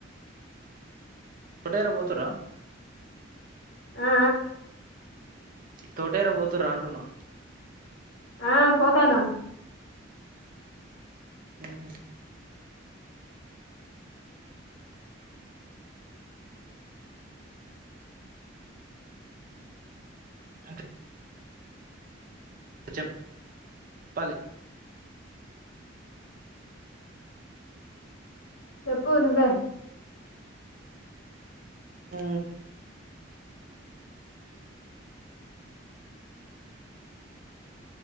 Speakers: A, on the right (about 45°); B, on the left (about 80°).
A: తటరా బతురా
B: ఆ
A: తోటేరా పోతు రాంటున్నా
B: ఆ పోతాను
A: ఆహ అ వచ్చ పల
B: చెప్పు ను్వ
A: ఆ